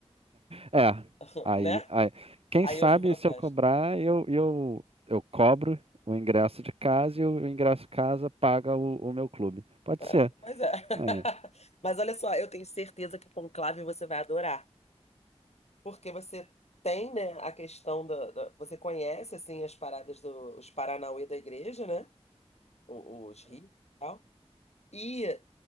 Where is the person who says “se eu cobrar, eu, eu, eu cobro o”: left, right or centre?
Right